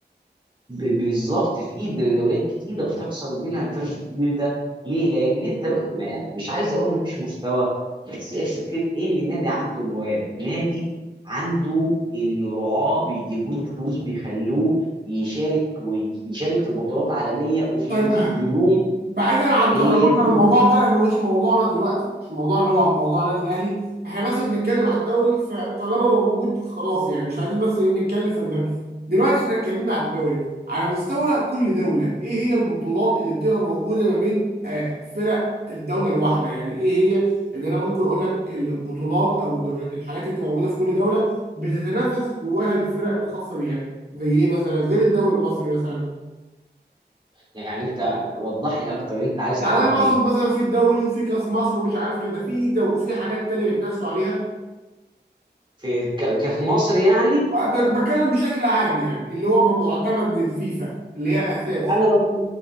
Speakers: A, on the right; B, on the right.
A: ب- بالظبط في دوريات كتيره بتحصل بينها الفرق الكبير ده ليه؟ لان انت م- م- مش عايز اقول مفيش مستوى بس هي فكره ان النادي عنده موارد، نادي عنده انه رعاه بيجيبوا له فلوس بيخلوه يشارك ويشارك في بطولات عالميه وبيجيب
B: طيب
A: نجوم
B: بعيدا عن
A: مميزين،
B: تدرجنا للموضوع ده لانه مش موضوعنا دلوقتي مش موضوعنا اللي هو موضوع النادي الاهلي احنا بس بنتكلم على الدوري فطالما موجود خلاص يعني مش عايزين بس ايه نتكلم في الدوري دلوقتي احنا اتكلمنا على الدوري على مستوى كل دوله ايه هي البطولات اللي بتبقى موجوده ما بين آه، فرق الدوله الواحده يعني ايه هي ان انا ممكن اقول لك البطولات او الدول الحاجات اللي بتبقى موجوده في كل دوله بتتنافس جواها الفرق الخاصه بيها زي ايه مثلا غير الدوري المصري مثلا
A: يعني انت وضح لي اكتر انت عايز
B: يعني
A: تعرف
B: انا اقصد
A: ايه؟
B: مثلا في الدوري وفي كاس مصر ومش عارف كده في دو في حاجات تانية بيتنافسوا عليها
A: في ك- كفي مصر يعني
B: أه، ب- بتكلم بشكل عام يعني اللي هو م- معتمد من الفيفا اللي هي الاساس
A: انا لو